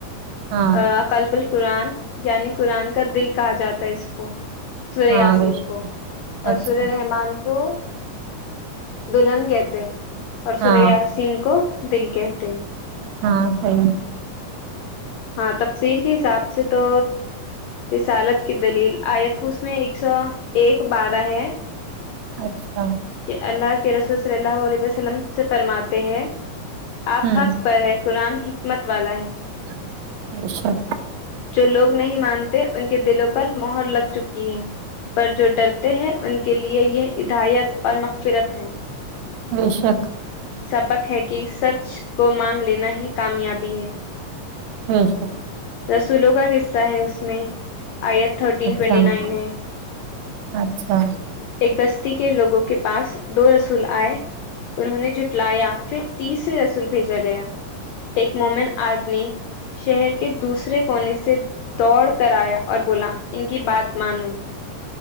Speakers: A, on the right (about 80°); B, on the left (about 80°).
A: ہاں
B: ا قلبل قرآن یعنی قرآن کا دل کہا جاتا ہے اس کو سورہ
A: ہاں
B: یسین
A: ب
B: کو اور
A: اچھا
B: سورہ رحمان کو دلہن کہتے اور سورہ
A: ہاں
B: یسین کو دل کہتے
A: ہاں صحیح
B: ہاں تفسیر کے حساب سے تو رسالت کی دلیل آیت اس میں ایک سو ایک بارہ ہے
A: اچھا
B: کہ اللہ کے رسول صلی اللہ علیہ وسلم سے فرماتے ہیں
A: ہوں
B: آپ حق پر ہے قرآن حکمت والا ہے
A: <unintelligible>
B: جو لوگ نہیں مانتے ان کے دلوں پر موہر لگ چکی ہے پر جو ڈر تے ہیں ان کے لیے یہ ہدایت اور مغفرت ہے
A: یے شک
B: سبق ہے کہ سچ کو مان لینا ہی کامیابی ہے
A: بے شک
B: رسولوں کا قصہ ہے اس میں آیت تھرٹین
A: اچھا
B: ٹوینٹی نائن میں
A: اچھا
B: ایک بستی کے لوگوں کے پاس دو رسول آئے انہوں نے جھوٹ لیا پھر تیسرے رسول بھیجا گیا ایک مومن آدمی شہر کے دوسرے کونے سے دوڑ کر آیا اور بولا ان کی بات مانو